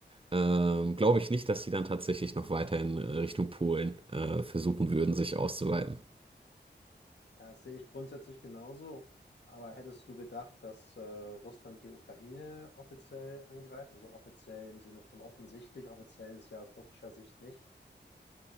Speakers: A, on the right; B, on the left.
A: Ähm, glaube ich nicht, dass die dann tatsächlich noch weiter in äh, Richtung Polen äh, versuchen würden, sich auszuweiten.
B: Ja, das sehe ich grundsätzlich genauso. Aber hättest du gedacht, dass äh, Russland die Ukraine offiziell angreift? Also offiziell im Sinne von offensichtlich, offiziell ist es ja aus russischer Sicht nicht.